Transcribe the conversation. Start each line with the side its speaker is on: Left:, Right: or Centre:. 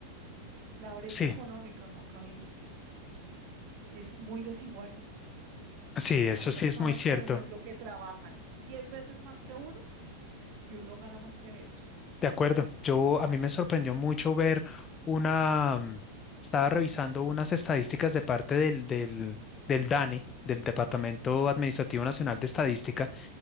Right: La brecha
Left: Sí.
Right: económica, Juan Camilo, es muy desigual.
Left: Sí, eso
Right: Hay personas,
Left: sí es muy cierto.
Right: por ejemplo, que trabajan 10 veces más que uno y uno gana más que ellos.
Left: De acuerdo. Yo a mí me sorprendió mucho ver una, mm, estaba revisando unas estadísticas de parte del, del, del DANE, del Departamento Administrativo Nacional de Estadística,